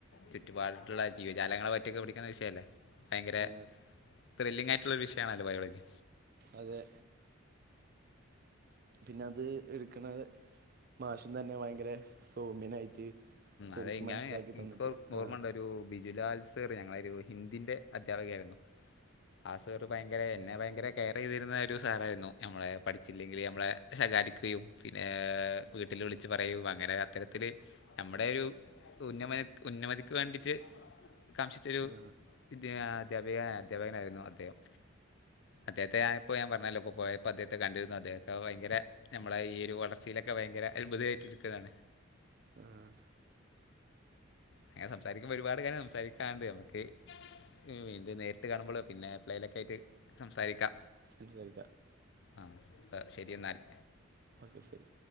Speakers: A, on the left (about 55°); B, on the right (about 45°).
A: ചുറ്റുപാടത്തുള്ള ജീവജാലങ്ങളെപറ്റിയൊക്കെ പഠിക്കുന്ന വിഷയല്ലേ ഭയങ്കരെ
B: ആ
A: ത്രില്ലിംങ്ങായിറ്റ്ള്ള ഒരു വിഷയാണല്ലോ ബയോളജി
B: അതെ പിന്നെ അത് ഇട്ക്ക്ണത് മാഷുംതന്നെ ഭയങ്കര സൗമ്യനായിറ്റ് ശരിക്കും
A: അത്
B: മനസ്സിലാക്കി
A: ഞാൻ എനിക്ക്
B: തന്നിട്ട്
A: ഓർമ്മയുണ്ട്
B: ആഹ്
A: ഒരു ബിജുലാൽ സേറ് ഞങ്ങളൊരുഹിന്ദിന്റെ അധ്യാപകയായിരുന്നു ആ സേറ് ഭയ ങ്കരെ എന്നെ ഭയങ്കരെ കെയർചെയ്തിരുന്ന ഒരു സാറായിരുന്നു. ഞമ്മളെ പഠിച്ചില്ലെങ്കിലും ഞമ്മളെ ശകാരിക്കുകയും പിന്നെ വീട്ട്ല് വിളിച്ചുപറയും അങ്ങനെഅത്തരത്തില് ഞമ്മടെയൊരു ഉന്നമന ഉന്നമതിക്കുവേണ്ടിയിട്ട് കാംഷിച്ചൊരു
B: ആ
A: വിദ്യ അധ്യാപിക അധ്യാപകനായിരുന്നു അദ്ദേഹം അദ്ദേഹത്തെ ആഹ് ഇപ്പോഞാൻ പറഞ്ഞല്ലോ ഇപ്പോ പോയപ്പോ അദ്ദേഹത്തെ കണ്ടിരുന്നു അദ്ദേത്തെ ഭയങ്കരെ ഞമ്മളെ ഈ ഒരു വളർച്ചയിലൊക്കെ ഭയങ്കര അത്ഭുതമായിട്ടിരിക്കേതാണ്
B: ആഹ്
A: അങ്ങനെ സംസാരിക്കുമ്പോ ഒരുപാട് കാര്യം സംസാരിക്കാണ്ട് നമുക്ക് വീണ്ടും നേരിട്ട് കാണുമ്പളോ പിന്നെ എപ്പളേലൊക്കെ ആയിട്ട് സംസാരിക്കാ
B: സംസാരിക്ക
A: ആഹ് ശരി എന്നാല്
B: ഓക്കെ ശരി